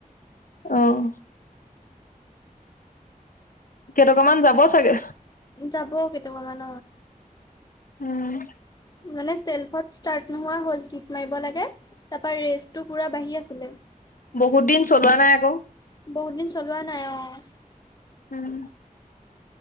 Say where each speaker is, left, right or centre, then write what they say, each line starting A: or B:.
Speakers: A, on the left (about 70°); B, on the left (about 30°).
A: অ'। কেইটকামান যাব চাগে।
B: যাব কেইটকা মান।
A: উম,
B: মানে শ্বেলফত ষ্টাৰ্ট নোহোৱা হ'ল কিক মাৰিব লাগে, ৰেষ্টটো পুৰা বাহি আছিলে।
A: বহুত দিন চলোৱা নাই আকৌ।
B: বহুত দিন চলোৱা নাই অ'।
A: উম,